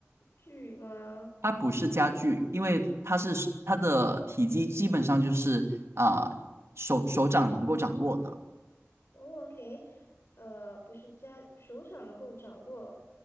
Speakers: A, on the left (about 60°); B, on the right (about 70°).
A: 具吗？
B: 它不是家具，因为它是它的体积基本上就是啊、手手掌能够掌握的
A: 哦，OK，呃，不是家，手掌能够掌握，